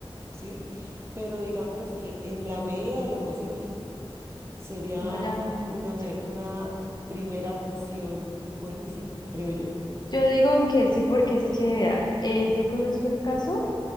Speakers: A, on the right; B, on the left.
A: ¿sí? Pero digamos que en la medida de lo posible Sería
B: Vaya un motorista.
A: una, me- una primera opción buenísima, creo yo.
B: Yo digo que sí porque es que vea, eh, yo conozco el caso